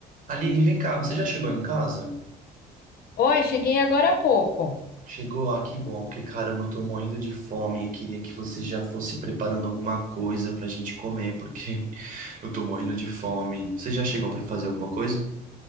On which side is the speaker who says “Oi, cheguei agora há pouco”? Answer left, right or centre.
Left